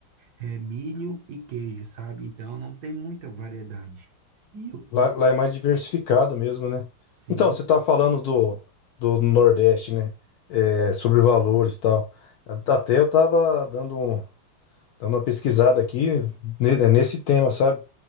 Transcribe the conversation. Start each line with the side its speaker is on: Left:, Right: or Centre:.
Right: é milho e queijo, sabe? Então não tem muita variedade. E, eu-
Left: Lá,
Right: e
Left: lá é mais diversificado mesmo, né?
Right: sim,
Left: Então, você está falando do, do Nordeste, né? É, sobre valores e tal. Até eu estava dando, um- dando uma pesquisada aqui ne- nesse tema, sabe?